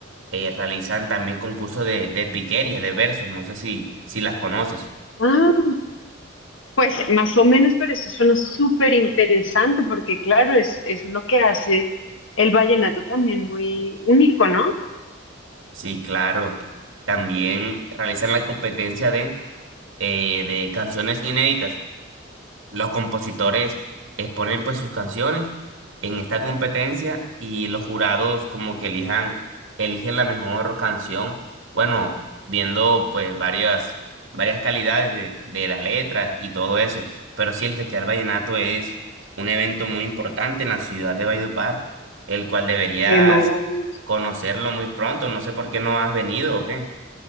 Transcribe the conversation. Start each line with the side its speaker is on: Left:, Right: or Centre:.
Right: eh, realizan también concursos de, de piquería, de versos, no sé si, si las conoces.
Left: ah. Pues más o menos, pero eso suena súper interesante porque claro, es, eso es lo que hace el vallenato también muy único, ¿no?
Right: Sí, claro. También realizan la competencia de, eh, de canciones inéditas. los compositores exponen pues sus canciones en esta competencia y los jurados como que elijan, eligen la mejor canción, bueno, viendo pues varias, varias calidades de, de la letra y todo eso. Pero sí, el Festival Vallenato es un evento muy importante en la ciudad de Valledupar, el cual deberías
Left: Qué maravilla.
Right: conocerlo muy pronto. No sé por qué no has venido o qué.